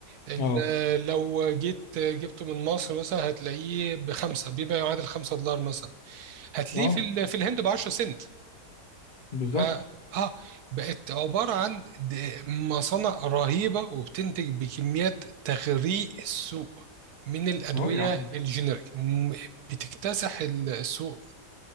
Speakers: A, on the right; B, on the left.
A: ال-
B: اه
A: لو جيت جبته من مصر مثلا هتلاقيه بخمسة بما يعادل 5 دولار مثلا هتلاقيه
B: اه
A: في ال- في الهند ب 10 سنت
B: بالظبط
A: آه, اه بقت عبارة عن د- مصانع رهيبة وبتنتج بكميات تغريق السوق من الأدوية
B: اه يا عم
A: الجينيريك م- بتكتسح ال- السوق